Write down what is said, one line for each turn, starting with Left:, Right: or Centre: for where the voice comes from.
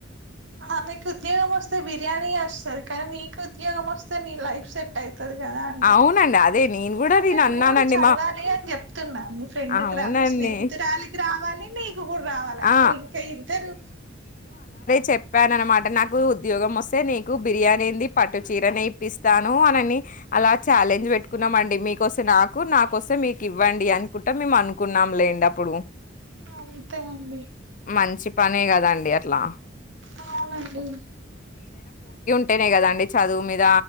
Right: ఆ మీకు ఉద్యోగం వస్తే బిర్యానీ వస్తారు కానీ మీకు ఉద్యోగం వస్తే నీ లైఫ్ సెట్ అవు ది కదా అండి
Left: అవునండి. అదే నేను గూడా
Right: అంటే
Left: నేనన్నానండి
Right: నువ్వు కూడా చదవాలి
Left: మా
Right: అని చెప్తున్నా మీ ఫ్రెండ్కి
Left: అవునండి.
Right: రా మీ స్నేహితురాలికి రావాలి నీకు కూడా రావాలి అప్పుడు
Left: ఆ!
Right: ఇంకా ఇద్దరు
Left: చెప్పాన అనమాట నాకు ఉద్యోగం వస్తే నీకు బిర్యానీంది పట్టు చీరనే ఇప్పిస్తాను అనని అలా ఛాలెంజ్ పెట్టుకున్నామ అండి మీక వస్తే నాకు నాకొస్తే మీకు ఇవ్వండి అనుకుంటా మేము అనుకున్నాంలేండి అప్పుడు
Right: అంతే అండి
Left: మంచి పనే కదండి ఎట్లా
Right: అవునండి
Left: అంటేనే కదండి చదువు మీద